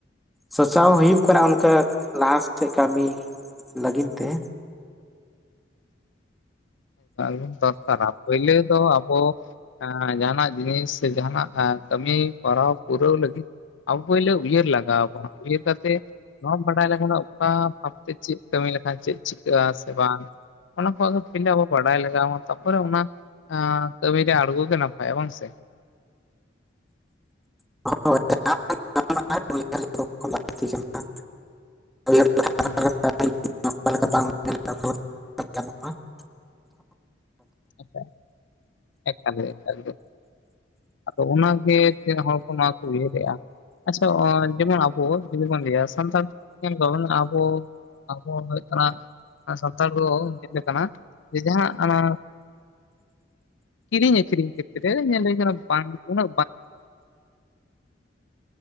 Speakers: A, in the centre; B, on the left.
A: ᱥᱟᱪᱟᱣ ᱦᱩᱭᱩᱜ ᱠᱟᱱᱟ, ᱚᱱᱠᱟ ᱞᱟᱦᱟ ᱥᱮᱫ ᱠᱟᱹᱢᱤ ᱞᱟᱹᱜᱤᱫ ᱛᱮ᱾
B: ᱦᱮᱸ ᱫᱚᱨᱠᱟᱨᱟ ᱯᱳᱭᱞᱚ ᱫᱚ ᱟᱵᱚ ᱮᱸ ᱡᱟᱦᱟᱸᱱᱟᱜ ᱡᱤᱱᱤᱥ ᱥᱮ ᱡᱟᱦᱟᱸᱱᱟᱜ ᱠᱟᱹᱢᱤ ᱯᱚᱨᱟᱣ ᱯᱩᱨᱟᱹᱣ ᱞᱟᱹᱜᱤᱫ ᱟᱵᱚ ᱯᱳᱭᱞᱚ ᱩᱭᱦᱟᱹᱨ ᱞᱟᱜᱟᱣ ᱟᱵᱚᱱᱟ, ᱩᱭᱦᱟᱹᱨ ᱠᱟᱛᱮ ᱱᱚᱣᱟᱢ ᱵᱟᱰᱟᱭ ᱞᱮᱠᱷᱟᱱ ᱚᱠᱟ ᱵᱷᱟᱵ ᱛᱮ ᱪᱮᱫ ᱠᱟᱹᱢᱤ ᱞᱮᱠᱷᱟᱱ ᱪᱮᱫ ᱪᱤᱠᱟᱹᱜᱼ ᱟ ᱥᱮ ᱵᱟᱝ? ᱚᱱᱟ ᱠᱚ ᱟᱹᱜᱮ ᱯᱟᱹᱭᱞᱚᱹ ᱟᱵᱚ ᱵᱟᱰᱟᱭ ᱞᱟᱜᱟᱣ ᱢᱟ, ᱛᱟᱯᱚᱨᱮ ᱚᱱᱟ ᱠᱟᱹᱢᱤ ᱨᱮ ᱟᱬᱜᱚ ᱜᱮ ᱱᱟᱯᱟᱭᱟ ᱵᱟᱝ ᱥᱮ?
A: ᱦᱳᱸᱭ, ᱞᱟᱹᱠᱛᱤ ᱠᱟᱱᱟ᱾
B: ᱦᱩᱸ᱾
A: <unintelligible>
B: ᱦᱮᱸ ᱮᱠᱟᱞ ᱜᱮ, ᱮᱠᱟᱞ ᱜᱮ᱾ ᱟᱫᱚ ᱚᱱᱟ ᱜᱮ ᱛᱤᱱᱟᱹᱜ ᱦᱚᱲ ᱠᱚ ᱱᱚᱣᱟ ᱠᱚ ᱩᱭᱦᱟᱹᱨᱮᱜᱼᱟ᱾ ᱟᱪᱪᱷᱟ, ᱡᱮᱢᱚᱱ ᱟᱵᱚ ᱡᱩᱫᱤ ᱵᱚᱱ ᱞᱟᱹᱭᱟ ᱥᱟᱱᱛᱟᱲ ᱟᱵᱚ ᱟᱵᱚ ᱦᱩᱭᱩᱜ ᱠᱟᱱᱟ ᱥᱟᱱᱛᱟᱲ ᱫᱚ ᱧᱮᱞ ᱠᱟᱱᱟ ᱡᱮ ᱡᱟᱦᱟᱸ ᱚᱱᱟ ᱠᱤᱨᱤᱧ ᱟᱹᱠᱷᱨᱤᱧ ᱠᱷᱮᱛ ᱨᱮ ᱧᱮᱞ ᱦᱩᱭ ᱠᱟᱱᱟ, ᱵᱟᱝ ᱩᱱᱟ